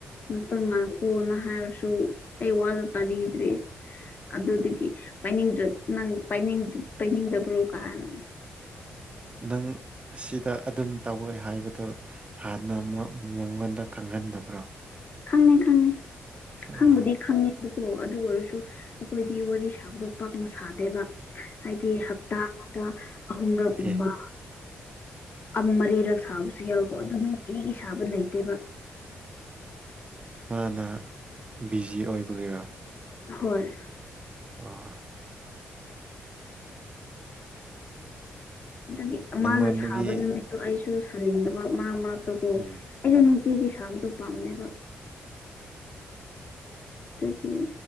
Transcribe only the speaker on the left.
ꯉꯥꯇꯪ ꯉꯥꯢꯈꯣꯅ ꯍꯥꯏꯔꯖꯨ ꯑꯩ ꯋꯥꯗꯣ ꯇꯥꯕꯤꯗ꯭ꯔꯦ ꯑꯗꯨꯗꯒꯤ ꯄꯥꯢꯅꯤꯡꯗ꯭ꯔ ꯅꯪ ꯄꯥꯢꯅꯤꯡꯗ꯭ꯔ ꯄꯩꯅꯤꯡꯗꯕ꯭ꯔꯣ ꯀꯥꯢꯅ
ꯈꯪꯉꯦ ꯈꯪꯉꯦ
ꯈꯪꯕꯨꯗꯤ ꯈꯪꯉꯦ ꯀꯣ ꯑꯗꯨ ꯑꯣꯏꯔꯁꯨ ꯑꯈꯣꯏꯗꯤ ꯋꯥꯔꯤ ꯁꯥꯕꯗꯣ ꯄꯥꯛꯅ ꯁꯥꯗꯦꯕ ꯍꯥꯏꯗꯤ ꯍꯞꯇꯥ ꯑꯃꯗ ꯑꯍꯨꯝ ꯂꯛ
ꯒꯨꯝꯕ ꯑꯝ ꯃꯔꯤꯔꯛ ꯁꯥꯕꯁꯨ ꯌꯥꯎꯢꯀꯣ ꯑꯗꯨ ꯅꯨꯡꯇꯤꯒꯤ ꯁꯥꯕ ꯂꯩꯇꯦꯕ
ꯍꯣꯏ
ꯑꯗꯨꯒꯤ
ꯃꯥꯅ ꯁꯥꯕ ꯅꯨꯃꯤꯠꯇꯣ ꯑꯩꯁꯨ ꯁꯥꯅꯤꯡꯗꯕ ꯃꯔꯛ ꯃꯔꯛꯇꯀꯣ
ꯑꯩꯖꯨꯥ ꯅꯨꯡꯇꯤꯒꯤ ꯁꯥꯕꯗꯣ ꯄꯥꯝꯗꯦꯕ <unintelligible>